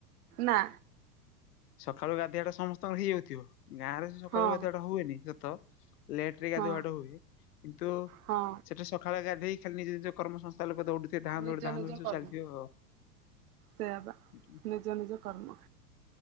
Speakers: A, on the right; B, on the left.
A: ନା।
B: ସକାଳୁ ଗାଧୋଇଆବା ଟା ସମସ୍ତଙ୍କର ହେଇଯାଉଥିବ ଗାଁରେ ସକାଳୁ
A: ହଁ
B: ଗାଧୁଆ ଟା ହଏନି ସତ। ଲେଟ ରେ ଗାଧୁଆଟ
A: ହଁ
B: ହୁଏ କିନ୍ତୁ
A: ହଁ
B: ସେଟା ସକାଳେ ଗାଧୋଇ ଖାଲି ନିଜ ନିଜ କର୍ମ ସଂସ୍ଥା ଲୋକ ଦ ସେ ଧାଁ
A: ନିଜ
B: ଦୌଡ ଧା
A: ନିଜ
B: ଦଡ ସବୁ
A: କର୍ମ
B: ଚାଲିଥିବ ଆ
A: ସେଇଆ ବା
B: ସେ
A: ନିଜ ନିଜ କର୍ମ।